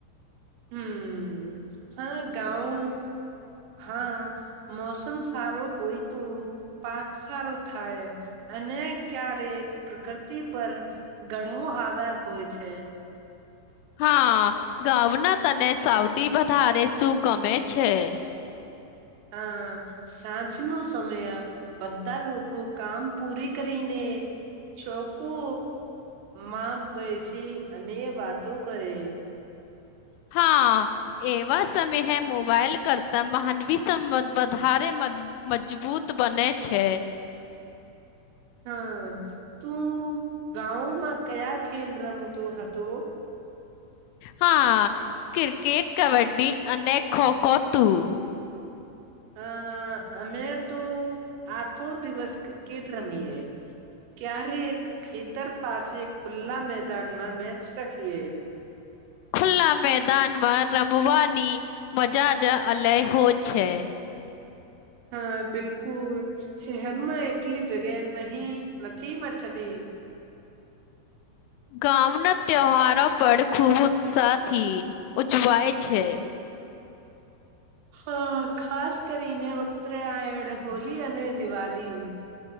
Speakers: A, on the right; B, on the left.
A: હમ્મ હા ગાવ હા મોસમ સારો હોય તો પાક સારો થાય અને ક્યારેક પ્રકૃતિ પર ઘણો આધાર હોય છે.
B: હા ગાવના તને સૌથી વધારે શું ગમે છે.
A: હા સાંજ નો સમય બધા લોકો કામ પૂરી કરીને ચોકુ માં બેસી અને વાતો કરે.
B: હા. એવા સમય મોબાઈલ કરતા માનવી સંબંધ વધારે મજબૂ મજબૂત બને છે.
A: હા તું ગાવ માં કયા ખેલ રમતો હતો.
B: હા ક્રિકેટ કબડ્ડી અને ખો ખો તું.
A: અ અમે તો આખો દિવસ ક્રિકેટ રમીએ. ક્યારે એક ખેતર પાસે ખુલ્લા મેદાનમાં મેચ રાખીએ.
B: ખુલ્લા મેદાનમાં રમવાની મજા જ અલેહો છે.
A: હા બિલકુલ શહેરમાં એટલી જગ્યા નહી નથી મઠતી.
B: ગામના તહેવારો પડ ખૂબ ઉત્સાહથી ઉજવાય છે.
A: હા ખાસ કરીને ઉત્તરાયણ હોલી અને દિવાલી.